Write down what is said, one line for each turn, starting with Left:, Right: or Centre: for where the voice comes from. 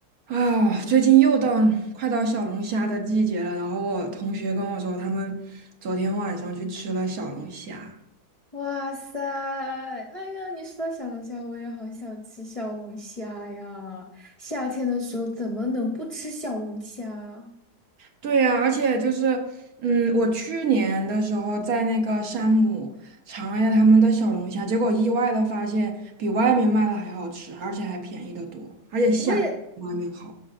Right: 啊，最近又到快到小龙虾的季节了，然后我同学跟我说，他们昨天晚上去吃了小龙虾。
Left: 哇塞！哎呀，你说到小龙虾，我也好想吃小龙虾呀！夏天的时候怎么能不吃小龙虾？
Right: 对呀，而且就是，嗯，我去年的时候在那个山姆尝了一下他们的小龙虾，结果意外的发现比外面卖的还好吃，而且还便宜的多，而且虾比外面好。
Left: 我也，